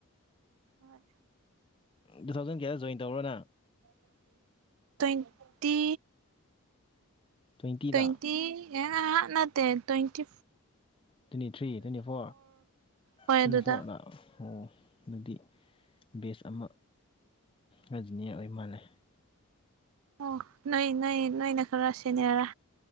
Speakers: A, on the right; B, on the left.
A: ꯍꯣꯏ
B: ꯇꯨ ꯊꯥꯎꯖꯟ ꯀꯨꯗ ꯖꯣꯏꯟ ꯇꯧꯔꯅ
A: ꯑꯣ ꯇ꯭ꯋꯦꯟꯇꯤ
B: ꯇ꯭ꯋꯦꯟꯇꯤꯗ
A: ꯇ꯭ꯋꯦꯟꯇꯤ ꯑꯥ ꯅꯠꯇꯦ twenty
B: twenty three twenty four
A: ꯍꯣꯏ
B: ꯇ꯭ꯋꯦꯟꯇꯤ
A: ꯑꯗꯨꯗ
B: ꯐꯣꯔꯗ ꯑꯣ ꯑꯗꯨꯗꯤ ꯕꯦꯁ ꯑꯃ ꯔꯖꯤꯅꯤꯌꯥꯔ ꯑꯣꯏ ꯃꯥꯥꯟꯅꯩ
A: ꯑꯣ ꯅꯣꯏ ꯅꯣꯏ ꯅꯣꯏꯅ ꯈꯔ ꯁꯤꯅꯦꯔꯥ